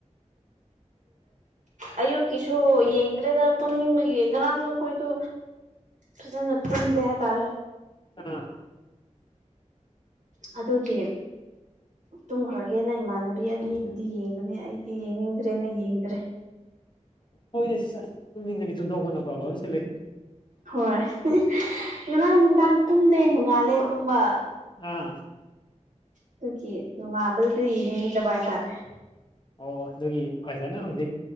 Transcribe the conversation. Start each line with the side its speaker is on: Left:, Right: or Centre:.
Right: ꯑꯌꯨꯛꯀꯤꯁꯨ ꯌꯦꯡꯗ꯭ꯔꯦꯗ ꯇꯨꯝꯅꯤꯡꯕ ꯌꯦꯡ ꯉꯔꯥꯡꯁꯨ ꯑꯩꯈꯣꯏꯗꯣ ꯐꯖꯅ ꯇꯨꯝꯗꯦ ꯍꯥꯏꯇꯥꯔꯦ
Left: ꯑꯥ
Right: ꯑꯗ ꯀꯦ ꯇꯨꯝꯈ꯭ꯔꯒꯦꯅ ꯏꯃꯥꯟꯅꯕꯤ ꯑꯅꯤꯕꯨꯗꯤ ꯌꯦꯡꯕꯅꯦ ꯑꯩꯗꯤ ꯌꯦꯡꯅꯤꯡꯗ꯭ꯔꯦꯅ ꯌꯦꯡꯗ꯭ꯔꯦ
Left: ꯍꯣꯏꯗ ꯁꯤ ꯇꯨꯝꯅꯤꯡꯒꯗꯤ ꯆꯨꯝꯊꯣꯛꯄꯅ ꯈꯕ ꯑꯃꯁꯨ ꯂꯩ
Right: ꯍꯣꯏ ꯉꯔꯥꯡ ꯅꯨꯡꯗꯥꯡ ꯇꯨꯝꯗꯦ ꯅꯣꯡꯉꯥꯜꯂꯦ ꯇꯨꯝꯕ
Left: ꯑꯥ
Right: ꯑꯗꯨꯒꯤ ꯅꯨꯡꯉꯥꯥꯟꯕꯗꯨꯗꯤ ꯌꯦꯡꯅꯤꯡꯗꯕ ꯍꯥꯏꯇꯥꯔꯦ
Left: ꯑꯣ ꯑꯗꯨꯒꯤ ꯐꯖꯅ ꯍꯧꯖꯤꯛ